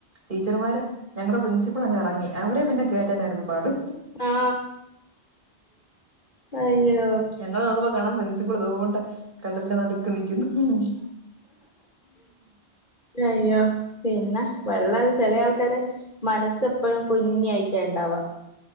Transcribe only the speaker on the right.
ടീച്ചർമാര് ഞങ്ങടെ പ്രിൻസിപ്പൾ അങ്ങ് എറങ്ങി അവരെ പിന്നെ കേ യറ്റാനായിരുന്നു പാട്
ഞങ്ങള് നോക്കുമ്പ കാണാം പ്രിൻസിപ്പൾ തോണ്ട് കടലിന്റെ നടു നിക്കുന്നു